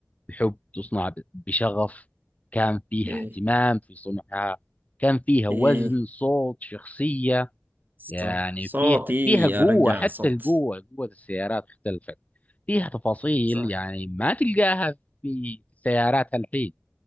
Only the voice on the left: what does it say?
بحب تصنع بشغف كان فيها
اهتمام في صنعها كان فيها وزن
صوت شخصية
يعني
فيها فيها قوة
حتى
القوة قوة السيارات اختلفت فيها تفاصيل
يعني ما تلقاها في سيارات الحين